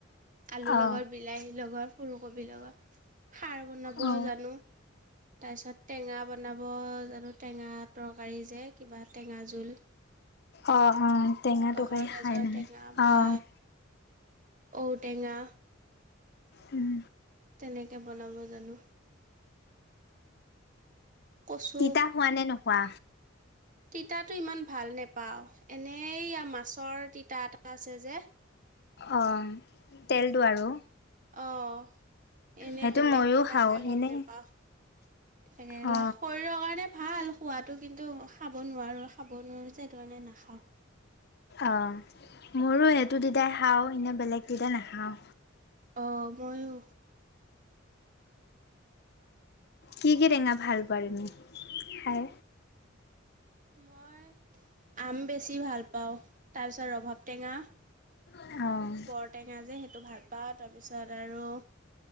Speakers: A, on the right; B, on the left.
A: আলুৰ
B: অ
A: লগত বিলাহী লগত। ফুলকবিৰ লগত, সাৰ বনাব
B: অ
A: জানো। তাৰপিছত টেঙা বনাব জানো, টেঙা তৰকাৰী যে কিবা টেঙা জোল।
B: অ 'অ'টেঙা
A: বাঁহৰ
B: তৰকাৰি
A: গাজৰ
B: খাই নহয়‌
A: বা
B: অ'।
A: ঔ টেঙা
B: উম।
A: তেনেকে বনাব জানো। কচু
B: তিতা খোৱা নে নোখোৱা?
A: তিতাটো ইমান ভাল নেপাওঁ এনেই মাছৰ তিতা এটা আছে যে।
B: অ' তেলটো আৰু
A: অ' এনেই
B: সেইটো
A: বেলেগ
B: ময়ো
A: তিতা
B: খাওঁ
A: খাই ভাল
B: এনেই
A: নাপাওঁ। কেৰেলা,
B: অ
A: শৰীৰৰ কাৰণে ভাল। খোৱাটো, কিন্তু খাব নোৱাৰোঁ খাব নোৱাৰোঁ সেইটো কাৰণে যে নাখাওঁ।
B: অ' মোৰো সেইটো তিতা খাওঁ এনেই বেলেগ তিতা নাখাওঁ।
A: অ' মইয়ো
B: কি কি টেঙা ভাল পোৱা তুমি খাই?
A: মই আম বেছি ভাল পাওঁ। তাৰপিছত ৰভাব টেঙা,
B: অ',
A: বৰটেঙা যে সেইটো ভাল পাওঁ, তাৰপিছত আৰু